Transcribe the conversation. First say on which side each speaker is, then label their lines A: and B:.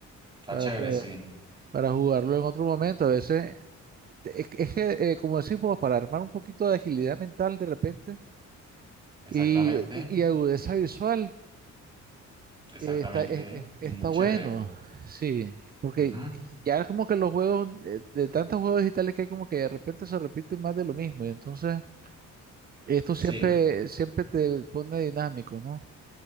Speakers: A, on the right; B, on the right.
A: Está
B: para
A: chévere,
B: poder-
A: sí.
B: para jugarlo en otro momento. A veces, te- es, que, es que, eh, como decimos, para armar un poquito de agilidad mental de repente y,
A: Exactamente.
B: y- y agudeza visual,
A: Exactamente,
B: eh, está, es- es- está
A: muy chévere.
B: bueno, sí, porque
A: Ujú.
B: ya es como que los juegos, eh, de, tantos juegos digitales que hay, como que de repente se repiten más de lo mismo y entonces esto siempre,
A: Sí,
B: siempre te pone dinámico, ¿no?